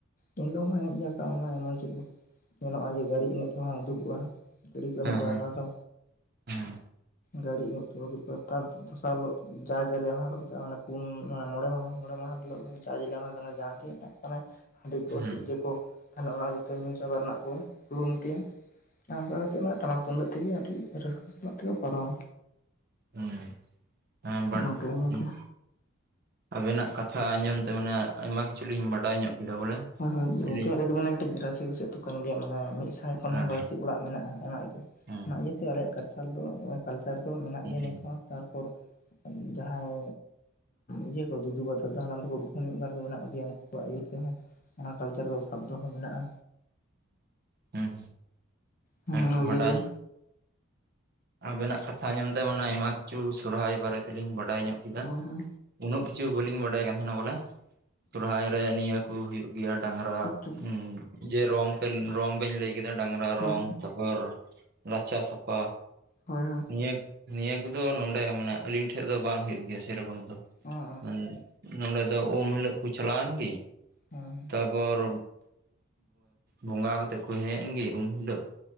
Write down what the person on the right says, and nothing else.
ᱦᱮᱸ
ᱦᱮᱸ
ᱦᱮᱸ
ᱦᱮᱸ
ᱦᱮᱸ ᱦᱮᱸ
<unintelligible> ᱟᱵᱮᱱᱟᱜ ᱠᱟᱛᱷᱟ ᱟᱸᱡᱚᱢ ᱛᱮ ᱢᱟᱱᱮ ᱟᱭᱢᱟ ᱠᱤᱪᱷᱩᱞ ᱞᱤᱧ ᱵᱟᱰᱟᱭ ᱧᱚᱜ ᱠᱮᱫᱟ ᱵᱚᱞᱮ,
ᱟᱹᱞᱤᱧ
ᱦᱮᱸ
ᱦᱮᱸ
ᱦᱮᱸ
ᱦᱮᱸ
ᱦᱩᱸ ᱵᱟᱰᱟᱭ
ᱟᱵᱮᱱᱟᱜ ᱠᱟᱛᱷᱟ ᱟᱸᱧᱚᱢ ᱛᱮ ᱢᱟᱱᱮ ᱟᱭᱢᱟ ᱠᱤᱪᱷᱩ ᱥᱚᱨᱦᱟᱭ ᱵᱟᱨᱮ ᱛᱮᱞᱤᱧ ᱵᱟᱰᱟᱭ ᱧᱚᱜ ᱠᱮᱫᱟ᱾
ᱩᱱᱟᱹᱜ ᱠᱤᱪᱷᱩ ᱵᱟᱹᱞᱤᱧ ᱵᱟᱰᱟᱭ ᱠᱟᱱ ᱛᱟᱦᱮᱱᱟ ᱵᱚᱞᱮ ᱥᱚᱨᱦᱟᱭ ᱨᱮ ᱱᱤᱭᱟᱹ ᱠᱩ ᱦᱩᱭᱩᱜ ᱜᱮᱭᱟ ᱰᱟᱝᱨᱟ
ᱡᱮ ᱨᱚᱝ ᱨᱚᱝ ᱵᱮᱱ ᱞᱟᱹᱭ ᱠᱮᱫᱟ ᱰᱟᱝᱨᱟ
ᱨᱚᱝ ᱛᱚᱨ ᱯᱚᱨ ᱨᱟᱪᱟ ᱥᱟᱯᱷᱟ
ᱱᱤᱭᱟᱹ ᱱᱤᱭᱟᱹ ᱠᱩᱫᱚ ᱱᱚᱰᱮ ᱢᱟᱱᱮ ᱟᱹᱞᱤᱧ ᱴᱷᱮᱡ ᱫᱚ ᱵᱟᱝ ᱦᱩᱭᱩᱜ ᱜᱮᱭᱟ ᱥᱮᱨᱚᱠᱚᱢ ᱫᱚ
ᱢᱟᱱ ᱱᱚᱰᱮ ᱫᱚ ᱩᱢ ᱦᱤᱞᱳᱜ ᱠᱩ ᱪᱟᱞᱟᱣᱮᱱᱜᱤ
ᱵᱮᱜᱚᱨ ᱵᱚᱸᱜᱟ ᱠᱟᱛᱮᱜ ᱠᱚ ᱦᱮᱡ ᱮᱱ ᱜᱮ ᱩᱱ ᱦᱤᱞᱳᱜ